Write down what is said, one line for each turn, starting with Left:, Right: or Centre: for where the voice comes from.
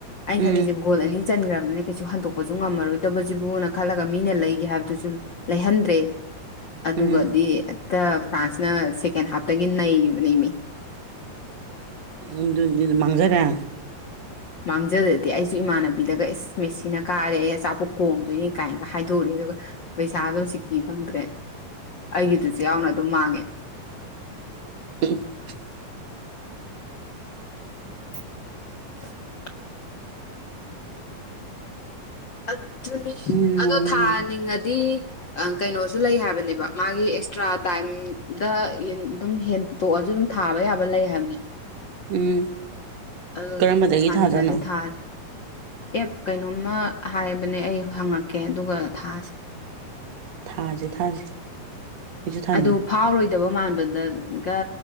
Left: ꯑꯩꯅ
Right: ꯎꯝ
Left: ꯈꯜꯂꯤꯖꯦ ꯒꯣꯜ ꯑꯅꯤ ꯆꯟꯒ꯭ꯔꯕꯅꯤꯅ ꯀꯩꯁꯨ ꯍꯟꯗꯣꯛꯄꯁꯨ ꯉꯝꯃꯔꯣꯏꯗꯕ ꯖꯤꯕꯨꯣꯅ ꯈꯜꯂꯒ ꯃꯤꯅ ꯂꯩꯒꯦ ꯍꯥꯏꯕꯗꯨꯁꯨ ꯂꯩꯍꯟꯗ꯭ꯔꯦ ꯑꯗꯨꯒꯗꯤ
Right: ꯎꯝ
Left: ꯇꯥ ꯐ꯭ꯔꯥꯟꯁꯅ ꯁꯦꯀꯦꯟ ꯍꯥꯞꯇꯒꯤ ꯅꯩꯕꯅꯤꯃꯤ
Right: ꯑꯗꯨꯗꯔ ꯃꯥꯡꯖꯔꯦ
Left: ꯃꯥꯡꯖꯗꯗꯤ ꯑꯩꯁꯨ ꯏꯃꯥꯟꯅꯕꯤꯗꯒ ꯑꯦꯁ ꯃꯦꯁꯤꯅ ꯀꯥꯔꯦ ꯑꯩ ꯑꯆꯥꯄꯣꯠ ꯀꯣꯡꯗꯣꯏꯅꯤ ꯀꯥꯏꯅꯒ ꯍꯥꯏꯗꯣꯛ ꯎꯔꯦ ꯑꯗꯨꯒ ꯄꯩꯁꯥꯗꯣ ꯁꯤꯀꯤ ꯐꯪꯗ꯭ꯔꯦ ꯑꯩꯒꯤꯗꯨꯁꯨ ꯌꯥꯎꯅ ꯑꯗꯨꯝ ꯃꯥꯡꯉꯦ
Right: <unintelligible>
Left: <inaudible> ꯑꯗꯨꯅꯤ
Right: ꯎꯝ ꯅꯣꯡ
Left: ꯑꯗꯣ ꯊꯥꯅꯤꯡꯉꯗꯤ ꯀꯩꯅꯣꯁꯨ ꯂꯩ ꯍꯥꯏꯕꯅꯦꯕ ꯃꯥꯒꯤ ꯑꯦꯛꯁꯇ꯭ꯔꯥ ꯇꯥꯏꯝꯗ ꯑꯗꯨꯝ ꯍꯦꯟ ꯗꯣꯛꯑꯁꯨ ꯑꯗꯨꯝ ꯊꯥꯕ ꯌꯥꯕ ꯂꯩ ꯍꯥꯏꯕꯅꯦ
Right: ꯎꯝ
Left: ꯑꯗꯨ
Right: ꯀꯔꯝꯕꯗꯒꯤ
Left: ꯊꯥꯅꯤꯡꯉꯗꯤ
Right: ꯊꯥꯖꯥꯠꯅꯣ
Left: ꯊꯥꯁꯦ ꯑꯦꯞ ꯀꯩꯅꯣꯝꯃ ꯍꯥꯏꯕꯅꯦ ꯑꯩ ꯍꯪꯉꯛꯀꯦ ꯑꯗꯨꯒ ꯊꯥꯁꯦ
Right: ꯊꯥꯁꯦ ꯊꯥꯁꯦ ꯑꯩꯁꯨ ꯊꯥꯅꯤꯡꯉꯤ
Left: ꯑꯗꯨ ꯐꯥꯎꯔꯣꯏꯗꯕ ꯃꯥꯟꯕꯗꯒ